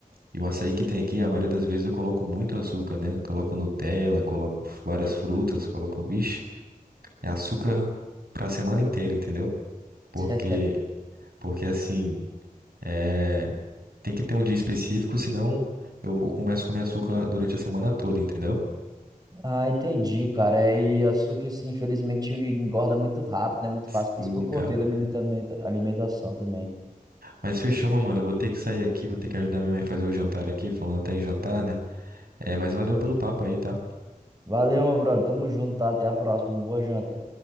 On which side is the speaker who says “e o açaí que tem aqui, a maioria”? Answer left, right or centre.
Right